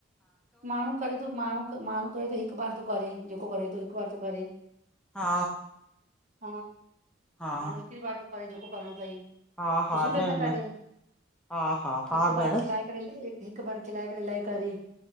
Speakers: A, on the right; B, in the centre.
A: माण्हू करे तो माण्हू माण्हू करे तो हिक -- हिकु बार तो करेे जेको करेे तो हिकु बार तो करेे,
B: हा
A: हा।
B: हा
A: माण्हू हिकड़ी बार तो करे जेको करणो तई।
B: हा हा
A: त सुठे
B: न
A: सां करेे,
B: न हा हा हा
A: हिकु बार
B: भेण
A: खिलाए।। करे हिकु बार खिलाए करे लाइ करे।